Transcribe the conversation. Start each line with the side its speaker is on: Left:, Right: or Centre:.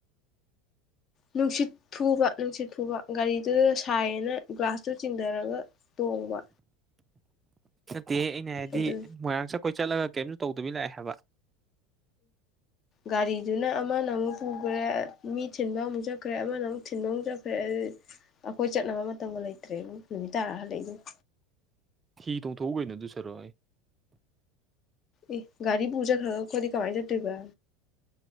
Left: ꯅꯨꯡꯁꯤꯠ ꯊꯨꯕ ꯅꯨꯡꯁꯤꯠ ꯊꯨꯕ ꯒꯥꯔꯤꯗꯨꯗ ꯁꯥꯏꯌꯦꯅ ꯒ꯭ꯂꯥꯁꯇꯨ ꯆꯤꯡꯊꯔꯒ ꯇꯣꯡꯕ
Right: ꯗ ꯑꯩꯅ ꯍꯥꯏꯗꯤ
Left: ꯑꯗꯨ
Right: ꯃꯣꯏꯔꯥꯡ ꯆꯠ ꯑꯩꯈꯣꯏ ꯆꯠꯂꯒ ꯀꯦꯞꯁꯨ ꯇꯧꯗꯕꯤ ꯂꯥꯛꯑꯦ ꯍꯥꯏꯕ
Left: ꯒꯥꯔꯤꯗꯨꯅ ꯑꯃꯅ ꯑꯃꯨꯛ ꯄꯨꯈ꯭ꯔꯦ ꯃꯤ ꯊꯤꯟꯕ ꯑꯃꯨꯛ ꯆ ꯆꯈ꯭ꯔꯦ ꯑꯃꯗ ꯑꯃꯨꯛ ꯊꯤꯟꯗꯣꯡꯖꯈ꯭ꯔꯦ ꯑꯗꯨ ꯑꯩꯈꯣꯏ ꯆꯠꯅꯕ ꯃꯇꯝ ꯇꯕ ꯂꯩꯇ꯭ꯔꯦ ꯅꯨꯃꯤꯠ ꯇꯥꯔ ꯍꯜꯂꯛꯏꯗ
Right: ꯍꯤꯇꯣꯡ ꯊꯣꯛꯎꯒ ꯅ ꯑꯗꯨꯁꯔ
Left: ꯑꯦ ꯒꯥꯔꯤ ꯄꯨꯖꯥ ꯀꯗꯤ ꯀꯃ ꯆꯠꯇꯒ